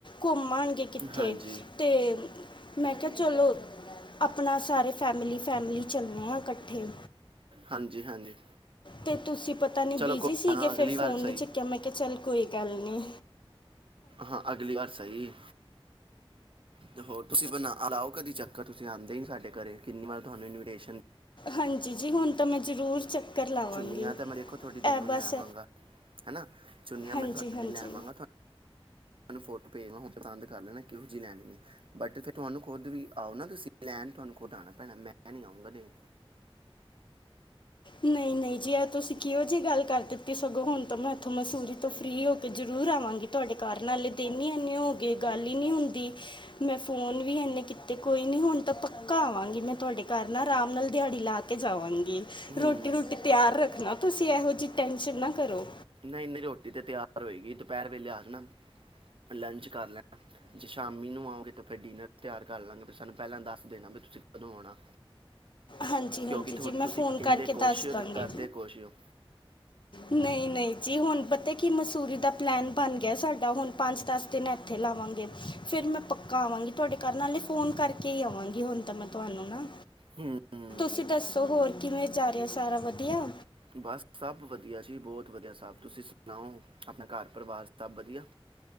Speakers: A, on the left; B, on the right.
A: ਘੁੰਮ ਮਣਗੇ ਕਿੱਥੇ
B: ਹਾਂਜੀ
A: ਅਤੇ ਮੈਂ ਕਿਹਾ ਚਲੋ ਆਪਣਾ ਸਾਰੇ ਫੈਮਿਲੀ ਫੈਮਿਲੀ ਚੱਲੇ ਹਾਂ ਇਕੱਠੇ
B: ਹਾਂਜੀ ਹਾਂਜੀ
A: ਤੇ ਤੁਸੀਂ ਪਤਾ ਨੀ
B: ਚਲੋ
A: ਬਿਜੀੀ
B: ਕੋਈ
A: ਸੀਗੇ
B: ਨਾ ਅਗਲੀ
A: ਫੇਿਰ
B: ਵਾਰ
A: ਫੋਨ
B: ਸਹੀ
A: ਨੀ ਚੁੱਕਿਆ ਮੈਂ ਕਿਹਾ ਚੱਲ ਕੋਈ ਗੱਲ ਨੀ
B: ਹਾਂ ਅਗਲੀ ਵਾਰ ਸਹੀ ਤੇ ਹੋਰ ਤੁਸੀਂ ਬਣਾ ਅਲਾਓ ਕਦੇ ਚੱਕਰ ਤੁਸੀਂ ਆਉਂਦੇ ਨਹੀਂ ਸਾਡੇ ਘਰੇ ਕਿੰਨੀ ਵਾਰ ਤੁਹਾਨੂੰ ਇਨਵੀਟੇਸ਼ਨ
A: ਹਾਂਜੀ ਜੀ ਹੁਣ ਤਾਂ ਮੈਂ ਜ਼ਰੂਰ ਚੱਕਰ ਲਾਵਾਂਗੀ
B: ਚੁੰਨੀਆਂ ਤਾਂ ਮੈਂ ਦੇਖੋ ਤੁਹਾਡੀ ਦੋਨੋਂ
A: ਇਹ ਬਸ
B: ਲੈ ਆਵਾਂਗਾ ਹੈ ਨਾ ਚੁੰਨੀਆਂ
A: ਹਾਂਜੀ
B: ਮੈਂ ਤੁਹਾਡੇ
A: ਹਾਂਜੀ
B: ਨਹੀਂ ਲੈ ਆਵਾਂਗਾ ਤੁ ਤੁਹਾਨੂੰ ਫੋਟੋ ਭੇਜ ਲ ਹੁਣ ਪਸੰਦ ਕਰ ਲੈਣਾ ਕਿਹੋ ਜਿਹੀ ਲੈਣੀ ਬਟ ਫਿਰ ਤੁਹਾਨੂੰ ਖੁਦ ਵੀ ਆਓ ਨਾ ਤੁਸੀਂ ਲੈਣ ਤੁਹਾਨੂੰ ਖੁਦ ਆਉਣਾ ਪੈਣਾ ਮੈਂ ਨਹੀਂ ਆਉਊਂਗਾ ਲੈਣ
A: ਨਹੀਂ ਨਹੀਂ ਜੀ ਯਾਰ ਤੁਸੀਂ ਕਿਹੋ ਜਿਹੀ ਗੱਲ ਕਰ ਦਿੱਤੀ ਸਗੋਂ ਹੁਣ ਤਾਂ ਮੈਂ ਇੱਥੋਂ ਮਸੂਰੀ ਤੋਂ ਫ੍ਰੀ ਹੋ ਕੇ ਜ਼ਰੂਰ ਆਵਾਂਗੀ ਤੁਹਾਡੇ ਘਰ ਨਾਲੇ ਦਿਨ ਹੀ ਇਨੇ ਹੋ ਗਏ ਗੱਲ ਹੀ ਨਹੀਂੀ ਹੁੰਦੀ ਮੈਂ ਫੋਨ ਵੀ ਇਨੇ ਕੀਤੇ ਕੋਈ ਨੀ ਹੁਣ ਤਾਂ ਪੱਕਾ ਆਵਾਂਗੀ ਮੈਂ ਤੁਹਾਡੇ ਘਰ ਨਾਲ ਆਰਾਮ ਨਾਲ ਦਿਹਾੜੀ ਲਾ ਕੇ ਜਾਵਾਂਗੀ
B: ਹੂੰ
A: ਰੋਟੀ ਰੂਟੀ ਤਿਆਰ ਰੱਖਣਾ ਤੁਸੀਂ ਇਹੋ ਜਿਹੀ ਟੈਂਨਸ਼ਨ ਨਾ ਕਰੋ
B: ਇੰਨੀ ਰੋਟੀ ਤੇ ਤਿਆਰ ਹੋਏਗੀ ਦੁਪਹਿਰ ਵੇਲੇ ਆ ਜਾਣਾ ਲੰਚ ਕਰ ਲੈਣਾ ਜੇ ਸ਼ਾਮ ਮੀਨੂ ਆਓਗੇ ਤੁ ਫਿਰ ਡਿਨਰ ਤਿਆਰ ਕਰ ਲਾਂਗੇ ਵੀ ਸਾਨੂੰ ਪਹਿਲਾਂ ਦੱਸ ਦੇਣਾ ਵੀ ਤੁਸੀਂ ਕਦੋਂ ਆਉਣਾ
A: ਹਾਂਜੀ
B: ਕਿਉਂਕਿ
A: ਹਾਂਜੀ
B: ਤੁਹਾਡੇ
A: ਜੀ ਮੈਂ
B: ਤੁਸੀਂ
A: ਫੋਨ
B: ਕਹਿੰਦੇ
A: ਕਰਕੇ
B: ਕੁਛ
A: ਦੱਸ
B: ਹੋ
A: ਦਾਂਗੀ
B: ਤੇ ਕਰਦੇ ਕੁਛ ਹੋ
A: ਨਹੀਂ ਨਹੀਂ ਜੀ ਹੁਣ ਪਤਾ ਕੀ ਮਸੂਰੀ ਦਾ ਪਲੈਨ ਬਣ ਗਿਆ ਸਾਡਾ ਹੁਣ ਪੰਜ ਦਸ ਦਿਨ ਇੱਥੇ ਲਾਵਾਂਗੇ ਫਿਰ ਮੈਂ ਪੱਕਾ ਆਵਾਂਗੀ ਤੁਹਾਡੇ ਘਰ ਨਾਲੇ ਫ਼ੋਨ ਕਰਕੇ ਹੀ ਆਵਾਂਗੀ ਹੁਣ ਤਾਂ ਮੈਂ ਤੁਹਾਨੂੰ ਨਾ
B: ਹਮ
A: ਤੁਸੀਂ ਦੱਸੋ ਹੋਰ ਕਿਵੇਂ ਜਾ ਰਹੇ ਹੋ ਸਾਰਾ ਵਧੀਆ
B: ਬਸ ਸਭ ਵਧੀਆ ਜੀ ਬਹੁਤ ਵਧੀਆ ਸਭ ਤੁਸੀਂ ਸੁਣਾਓ ਆਪਣਾ ਘਰ ਪਰਿਵਾਰ ਸਭ ਵਧੀਆ